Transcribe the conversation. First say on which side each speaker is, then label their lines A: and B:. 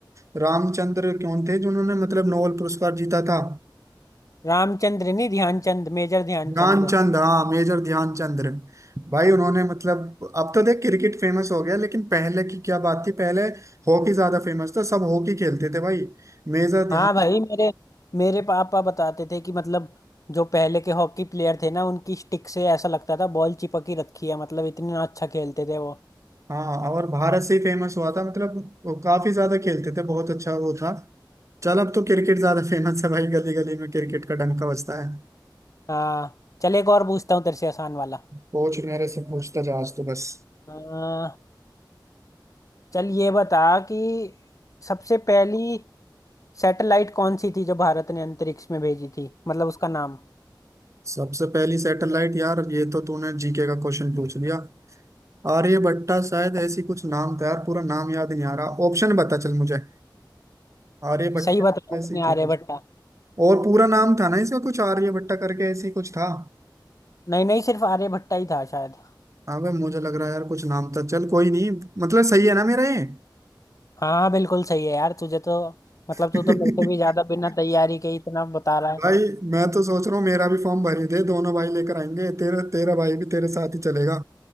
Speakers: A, on the right; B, on the left.
A: रामचंद्र कौन थे जिन्होंने मतलब नोबेल पुरस्कार जीता था
B: रामचंद्र नहीं ध्यानचंद मेजर ध्यानचंद
A: ध्यानचंद हाँ मेजर ध्यानचंद्र भाई उन्होंने मतलब अब तो देख क्रिकेट फेमस हो गया लेकिन पहले की क्या बात थी पहले हॉकी ज्यादा फेमस था सब हॉकी खेलते थे भाई मेजर ध्यान
B: हाँ भाई मेरे मेरे पापा बताते थे कि मतलब जो पहले के हॉकी प्लेयर थे ना उनकी स्टिक से ऐसा लगता था बॉल चिपकी रखी है मतलब इतना अच्छा खेलते थे वो
A: हाँ और भारत से ही फेमस हुआ था मतलब वो काफी ज्यादा खेलते थे बहुत अच्छा वो था चल अब तो क्रिकेट ज्यादा फेमस है भाई गली गली में क्रिकेट का डंका बजता है
B: हाँ चल एक और पूछता हूँ तेरे से आसान वाला
A: पूछ मेरे से पूछता जा आज तो बस
B: हाँ चल ये बता कि सबसे पहली सैटेलाइट कौन सी थी जो भारत ने अंतरिक्ष में भेजी थी मतलब उसका नाम
A: सबसे पहली सैटेलाइट यार ये तो तूने जीके का क्वेश्चन पूछ लिया आर्य भट्टा शायद ऐसी कुछ नाम था यार पूरा नाम याद नहीं आ रहा ऑप्शन बता चल मुझे आर्य भट्टा
B: सही बताया
A: ऐसी
B: तुमने
A: थी
B: आर्यभट्टा
A: कुछ और पूरा नाम था ना इसका कुछ आर्य भट्टा करके ऐसी कुछ था
B: नहीं नहीं सिर्फ आर्यभट्टा ही था शायद
A: हाँ भाई मुझे लग रहा है यार कुछ नाम था चल कोई नहीं मतलब सही है ना मेरा ये
B: हाँ बिल्कुल सही है यार तुझे तो मतलब
A: <laughs>
B: तू तो मेरे से भी ज्यादा बिना तैयारी के ही इतना बता रहा
A: भाई मैं तो सोच रहा हूँ मेरा भी फॉर्म भर ही दे दोनों भाई लेकर आएंगे तेरा तेरा भाई भी तेरे साथ ही चलेगा